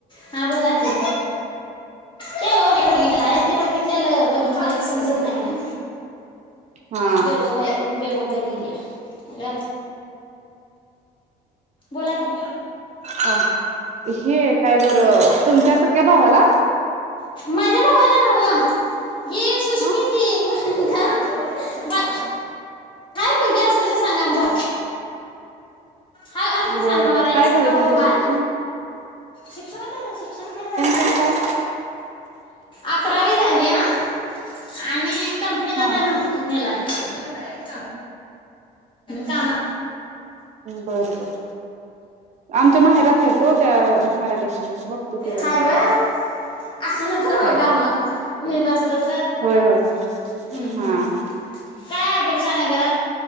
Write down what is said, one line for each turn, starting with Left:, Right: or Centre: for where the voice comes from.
Left: हां बोला की. ते वो ते <unintelligible> ते बघितलेलं बघितलेल समजत नाही ना.
Right: हा
Left: बेबो बाहिर बेबो बाहिर गेलीया. बोला की.
Right: अ हे काय बरं, तुमच्या सख्या भावाला?
Left: माझ्या भावाला नव्हं. ही सुष्मि
Right: हा
Left: ती म्हंन गं. काय पोरगी असली तर सांगा आमच्या हाय आसली तर
Right: बरं
Left: सांगा
Right: बरं
Left: माझा एक
Right: काय
Left: सक्का
Right: झालं
Left: भाऊ
Right: त्यांचं
Left: हाय.
Right: शिक्षण
Left: शिक्षण शिक्षण काय झालय ग
Right: पण
Left: त्याचं?
Right: काय
Left: अकरावी झाली या आणि कंपनीत
Right: हा
Left: आता न हेला आहे. <inaudible> कामा
Right: बर बर आमच्या माहेरात आहेत हो त्या मराठीशी बघतो की जरा
Left: हाय
Right: मग
Left: व्हय? असलं तर बगा
Right: हाय
Left: मग व्हीत असल तर
Right: होय होय
Left: हम्
Right: हा
Left: हम काय अपेक्षा नाही घरात